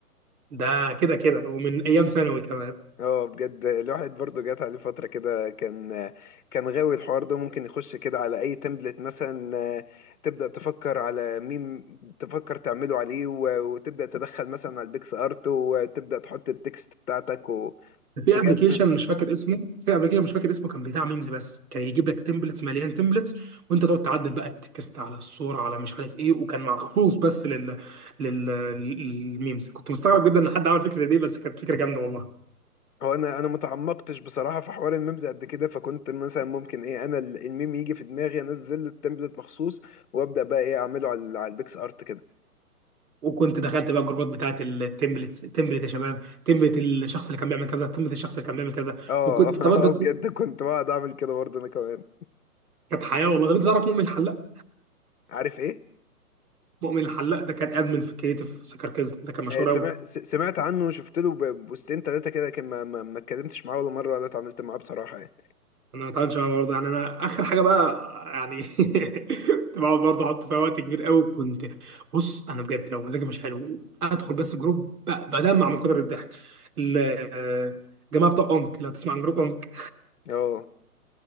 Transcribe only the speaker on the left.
اه بجد الواحد برضو جات عليه فتره كده كان كان غاوي الحوار ده ممكن يخش كده على اي تمبلت مثلا آه، تبدا تفكر على ميم تفكر تعمله عليه و- وتبدا تدخل مثلا على البيكس ارت وتبدا تحط التكست بتاعتك وبجد
هو انا انا متعمقتش بصراحه في حوار الميمز قد كده فكنت مثلا ممكن ايه انا ال- الميم يجي في دماغي انزل له التمبلت مخصوص وابدا بقى ايه اعمله على ال- على البيكس ارت كده
اه
<laughs>
آه، بجد كنت بقعد اعمل كده برضه انا كمان
عارف ايه
آه، سمعت
س- سمعت عنه وشفت له ب- بوستين ثلاثه كده لكن ما ما ما اتكلمتش معاه ولا مره ولا اتعاملت معاه بصراحه يعني
اه